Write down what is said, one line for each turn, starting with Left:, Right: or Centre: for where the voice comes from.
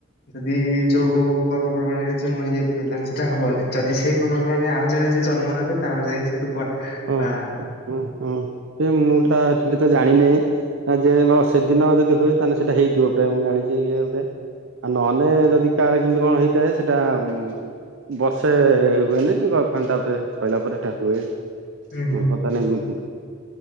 Left: ଯଦି ଯୋଉ ପର୍ବପର୍ବାଣରେ ଯିଏ ମରି ଯାଇଥିବେ ତାହେନେ ସେଟା ହବନି ଯଦି ସେ ପର୍ବପର୍ବାଣିରେ ଆଉ ଜଣେ ଯିଏ ଜନ୍ମ ହେବେ ତାପରେ ଯାଇକି ସେଇଠୁ ପା ପା
Right: ଓ ହୁଁ ହୁଁ ଏ ମୁଁ ଟା ଠିକରେ ତ ଜାଣିନାଇ। ଆ ଯେ ନ ସେଦିନ ଯଦି ହୁଏ ତାହେନେ ସେଇଟା ହେଇଥିବ ପ୍ରାୟ ମୁଁ ଜାଣିଛି ଇଏ ଟା। ଆ ନହେନେ ଯଦି କାହାର କେମିତି କଣ ହେଇଥାଏ ସେଟା ଉଁ। ବର୍ଷେ ହୁଏନି <unintelligible> ତାପରେ ସଇଲା ପରେ ଏଟା ହୁଏ ଓହୋ।
Left: ହୁଁ ହୁଁ
Right: ତାହେନେ ଏମିତି।